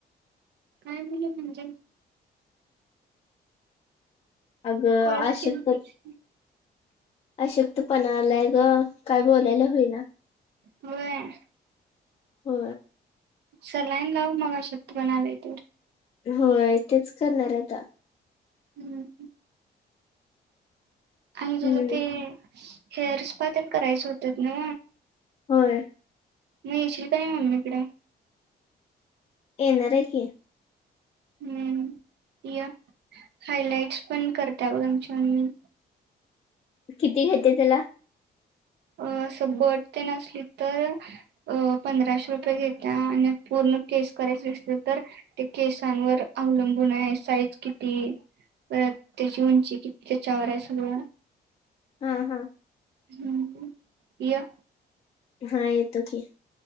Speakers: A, on the right; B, on the left.
A: काय बोलू म्हणजे?
B: अगं,
A: कॉल
B: आश्यकत
A: केलतीस
B: अशक्त पणालाय ग, काय बोलायला होईना
A: होय.
B: हो
A: सलाईन लाऊन मला अशक्तपणा आलाय तर
B: होय तेच करणार आता
A: हम्. आणि
B: हम्म
A: त ते हेअर स्पा तिनं करायच होत ना.
B: होय
A: मी येशील का नाही मम्मीकडे.
B: येणार ये की.
A: हम्म य हायलाइट्स पण करता बघ आमचिब मम्मी.
B: किती घेते त्याला
A: अ स बट टेन असली तर अ पंधराशे रुपये घेत्या आणि पूर्ण केस करायच दि असल तर ते केसांवर अवलंबून आहे साईज किती पर त्याची उंची किती त्याच्यावर आहे सगळं
B: हा हा
A: हम्म या
B: हा येतो की.